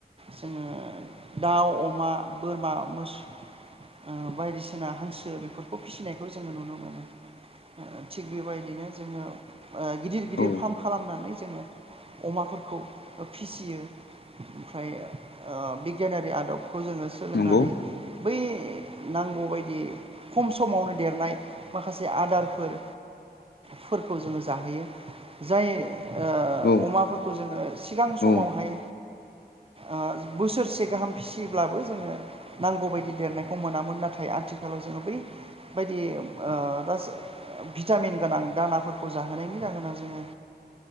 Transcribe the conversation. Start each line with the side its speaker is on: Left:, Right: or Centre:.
Right: जोङो दाउ अमा बोरमा मोस ओ बायदिसिना हांसो बेफोरखौ फिसिनायखौ जोङो नुनो मोनो थिग बेबायदिनो जोङो ओ गिदिर गिदिर
Left: औ
Right: फार्म खालामनानै जोङो अमाफोरखौ ओ फिसियो ओमफ्राय ओ बिगियानारि आदबखौ जोङो सोलोंनानै
Left: नंगौ
Right: बै नांगौबायदि खम समावनो देरनाय माखासे आदारफोर फोरखौ जोङो जाहोयो जाय ओ
Left: औ
Right: अमाफोरखौ जोङो सिगां
Left: औ
Right: समावहाय ओ बोसोरसे गाहाम फिसियोब्लाबो जोङो नांगौ बायदि देरनायखौ मोनामोन नाथाय आथिखालाव जोङो बैबायदि <unintelligible> भिटामिन गोनां दानाफोरखौ जाहोनायनि जाहोना जोङो